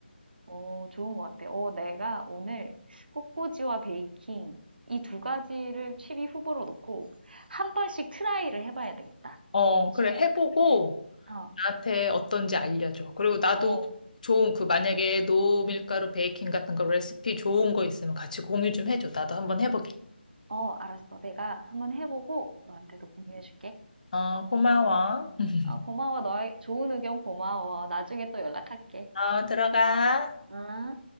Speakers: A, on the right; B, on the left.
A: 어, 좋은 것 같아. 어, 내가 오늘 꽃꽂이와 베이킹 이 두 가지를 취0위 후보로 놓고 한 번씩 트라이를 해봐야 되겠다.
B: 어,
A: 시도를.
B: 그래, 해보고
A: 어,
B: 나한테 어떤지 알려줘. 그리고 나도
A: 어,
B: 좋은 그 만약에 노밀가루 베이킹 같은 거 레시피 좋은 거 있으면 같이 공유 좀 해줘. 나도 한번 해보게.
A: 어, 알았어. 내가 한번 해보고 너한테도 공유해줄게.
B: 어, 고마워. <laughs>
A: 어, 고마워. 너의 좋은 의견 고마워. 나중에 또 연락할게.
B: 어, 들어가.
A: 아.